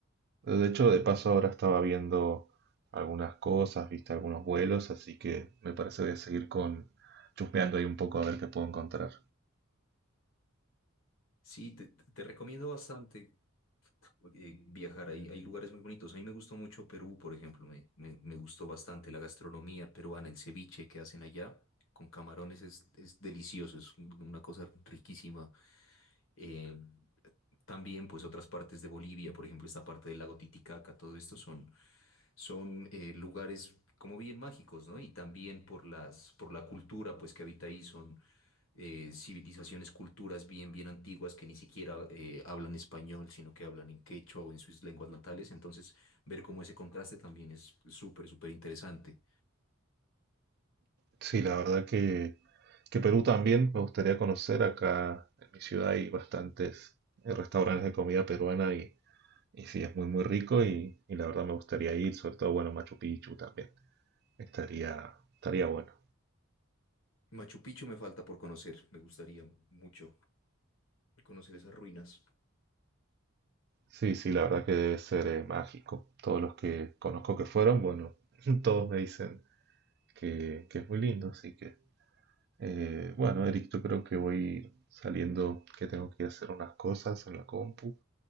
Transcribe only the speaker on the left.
Sí, te, te- te recomiendo bastante eh, viajar. Hay, hay lugares muy bonitos. A mí me gustó mucho Perú, por ejemplo. Me, me- me gustó bastante la gastronomía peruana, el ceviche que hacen allá con camarones es, es delicioso, es un- una cosa riquísima. Eh, también, pues otras partes de Bolivia, por ejemplo, esta parte del lago Titicaca, todo esto son, son eh, lugares como bien mágicos, ¿no? Y también por las, por la cultura, pues que habita ahí son eh, civilizaciones, culturas bien, bien antiguas que ni siquiera eh, hablan español, sino que hablan en quechua o en sus lenguas natales. Entonces, ver cómo ese contraste también es súper, súper interesante.
Machu Picchu me falta por conocer, me gustaría mucho conocer esas ruinas.